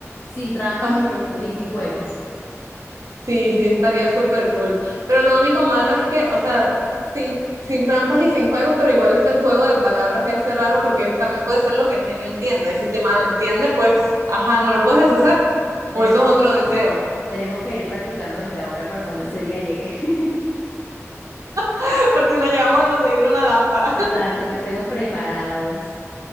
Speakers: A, on the left; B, on the right.
A: sin trampas
B: Ay,
A: ni, ni sin juegos.
B: sí, sí, estaría súper cool. Pero lo único malo es que, o sea, sin, sin trampas y sin juegos, pero igual está el juego de palabras ese raro porque también puede ser lo que el genio entienda. Y si te malentiende, pues, ajá, no lo puedes deshacer.
A: Tenemos,
B: O eso es otro deseo.
A: tenemos que ir practicando desde ahora para cuando ese día llegue. <laughs>
B: <laughs> Por si no llegamos a conseguir una lámpara. <laughs>
A: Exacto, que estemos preparados.